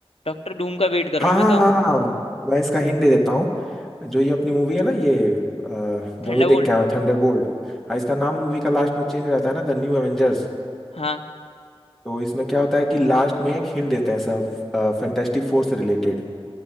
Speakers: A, on the left; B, in the centre.
A: डॉक्टर डूम का वेट कर
B: हाँ
A: रहा हूँ
B: हाँ
A: मैं तो
B: हाँ हाँ मैं इसका हिंट दे देता हूँ जो ये अपनी मूवी है ना ये अ, जो
A: थंडरबोल्ट
B: अभी देख के आए हैं थंडरबोल्ट हाँ इसका नाम मूवी का लास्ट में चेंज हो जाता है ना द न्यू एवेंजर्स
A: हाँ
B: तो इसमें क्या होता है कि लास्ट में एक हिंट देते हैं सब फैंटेस्टिक फोर से रिलेटेड